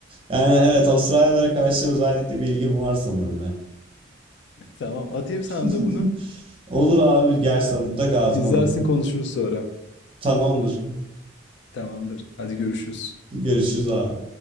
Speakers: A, on the right (about 30°); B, on the left (about 65°).
A: yani evet Avustralyalılara karşı özellikle bir ilgim var sanırım ya.
B: Tamam. Atayım sana
A: <laughs>
B: da bunu.
A: Olur abi gerçekten mutlaka at
B: Ee, izlersin
A: bana bunu.
B: konuşuruz sonra.
A: Tamamdır.
B: Tamamdır. Hadi görüşürüz.
A: <laughs> Görüşürüz abi.